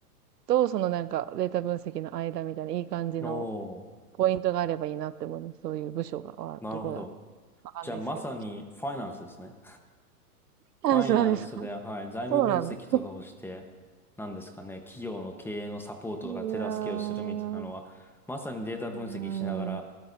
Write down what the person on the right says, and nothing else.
とそのなんかデータ分析の間みたいな、いい感じの
ポイントがあればいいなって思います。そういう部署が、はどこだろう。
わかんないですけど。
あ、
そうですか。
そうなんです。
<laughs> いやー、
うーん、う